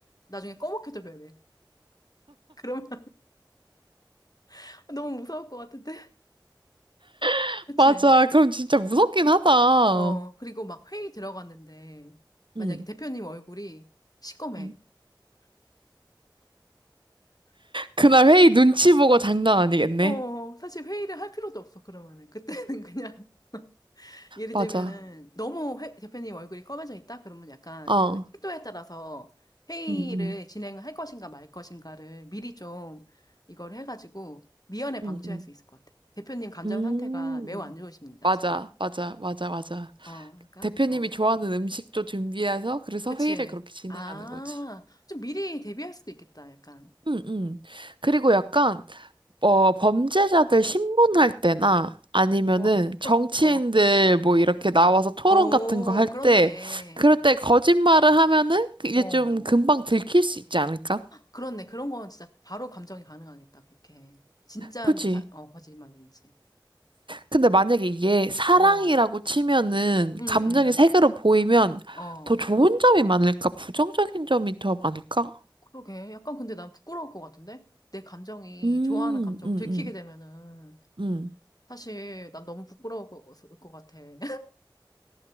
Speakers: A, on the left; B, on the right.
A: 나중에 검맣게도 변해. 그러면 <laughs> 너무 무서울 것 같은데?
B: <laughs>
A: 그치.
B: 맞아. 그럼 진짜 무섭긴 하다.
A: 어, 그리고 막 회의 들어갔는데 만약에
B: 응,
A: 대표님 얼굴이 시꺼매.
B: 응, 그날 회의 눈치 보고 장난 아니겠네.
A: 어, 사실 회의를 할 필요도 없어, 그러면은. 그때는 그냥. <laughs> 예를
B: 맞아.
A: 들면은 너무 회- 대표님 얼굴이 검해져 있다? 그러면 약간
B: 어.
A: 그 태도에 따라서 회의를
B: 응, 응,
A: 진행할 것인가 말 것인가를 미리 좀 이걸 해가지고 미연에 방지할
B: 응. 응.
A: 수 있을 것 같아. 대표님 감정 상태가
B: 음,
A: 매우 안 좋으십니다,
B: 맞아.
A: 지금.
B: 맞아. 맞아. 맞아.
A: 어, 그러니까,
B: 대표님이
A: 어.
B: 좋아하는 음식도 준비해서 그래서
A: 그치.
B: 회의를 그렇게 진행하는
A: 아,
B: 거지.
A: 좀 미리 대비할 수도 있겠다, 약간.
B: 응, 응. 그리고 약간 어, 범죄자들 신문할 때나 아니면은
A: 어,
B: 정치인들
A: 어.
B: 뭐 이렇게 나와서 토론
A: 오,
B: 같은 거 할 때,
A: 그렇네.
B: 그럴 때 거짓말을 하면은 이제
A: 어.
B: 좀 금방 들킬 수 있지 않을까?
A: 그렇네. 그런 건 진짜 바로 감정이 가능하겠다. 그렇게. 진짜인지,
B: 그치?
A: 사, 어, 거짓말인지.
B: 근데 만약에 이게 사랑이라고
A: 어,
B: 치면은
A: 응,
B: 감정이
A: 응.
B: 색으로 보이면
A: 어,
B: 더 좋은 점이 많을까? 부정적인 점이 더 많을까?
A: 그러게. 약간 근데 난 부끄러울 것 같은데? 내 감정이,
B: 음,
A: 좋아하는 감정을
B: 음,
A: 들키게
B: 음,
A: 되면은,
B: 음.
A: 사실 난 너무 부끄러울 것 것 같아. <laughs>